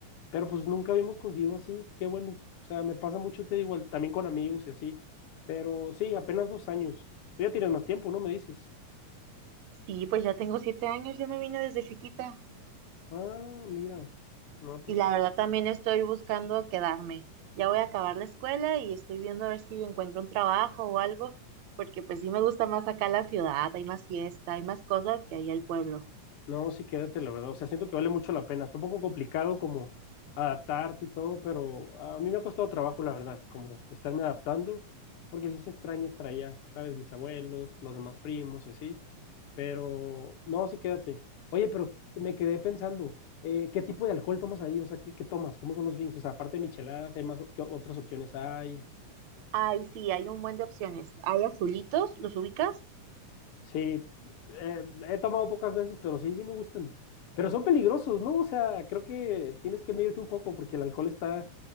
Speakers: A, on the left; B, on the right.
A: pero pues nunca habíamos conseguido así, qué bueno, o sea, me pasa mucho, te digo, al- también con amigos y así, pero sí, apenas dos años, tú ya tienes más tiempo, ¿no? Me dices,
B: Sí, pues ya tengo siete años, yo me vine desde chiquita
A: ah, mira, no, pues
B: y la verdad también estoy buscando quedarme. Ya voy a acabar la escuela y estoy viendo a ver si encuentro un trabajo o algo, porque pues sí me gusta más acá la ciudad, hay más fiesta, hay más cosas que ahí el pueblo.
A: No, sí, quédate, la verdad. O sea, siento que vale mucho la pena. Está un poco complicado como adaptarte y todo, pero a mí me ha costado trabajo, la verdad, como estarme adaptando, porque sí se extraña estar allá, ¿sabes? Mis abuelos, los demás primos y así. Pero, no, sí, quédate. Oye, pero me quedé pensando, eh, ¿qué tipo de alcohol tomas ahí? O sea, ¿qué, qué tomas? ¿Cómo son los drinks? O sea, aparte de micheladas, ¿hay más, qué otras opciones hay?
B: Ay, sí, hay un buen de opciones. Hay azulitos, ¿los ubicas?
A: Sí, eh, he tomado pocas veces, pero sí, sí me gustan. Pero son peligrosos, ¿no? O sea, creo que tienes que medirte un poco porque el alcohol está,